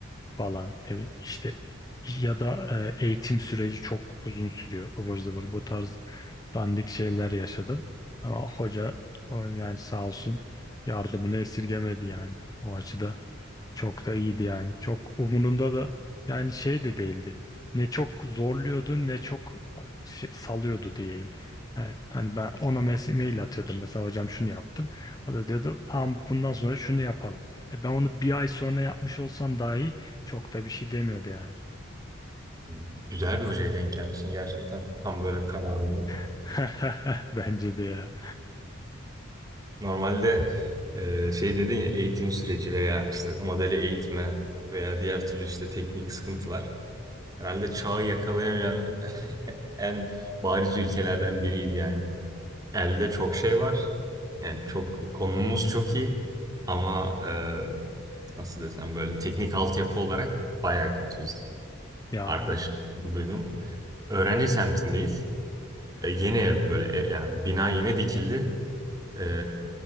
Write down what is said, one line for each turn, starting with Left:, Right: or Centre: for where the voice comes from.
Left: falan evet işte ya da e, eğitim süreci çok uzun sürüyor ıvır zıvır bu tarz dandik şeyler yaşadım ama hoca o yani sağ olsun yardımını esirgemedi yani o açıda çok da iyiydi yani. Çok umurumda da yani şey de değildi. Ne çok zorluyordu ne çok şey- salıyordu diyeyim. Yani hani ben ona mes- mail atıyordum mesela hocam şunu yaptım. O da diyordu tamam bundan sonra şunu yapalım. E ben onu bir ay sonra yapmış olsam dahi çok da bir şey demiyordu yani.
Right: Hı. Güzel bir hocaya denk gelmişsin gerçekten. Tam böyle kararında.
Left: <laughs> Bence de ya.
Right: Normalde e, şey dedin ya eğitim süreci veya işte modeli eğitme veya diğer türlü işte teknik sıkıntılar. Herhalde çağı yakalayamayan <laughs> en bariz ülkelerden biriydi yani. Elde çok şey var. Yani çok konumuz çok iyi ama e, nasıl desem böyle teknik altyapı olarak bayağı kötüyüz.
Left: Ya
Right: Arkadaşım
Left: o
Right: duydum. Öğrenci semtindeyiz. E, yeni ev böyle e, yani bina yeni dikildi. E,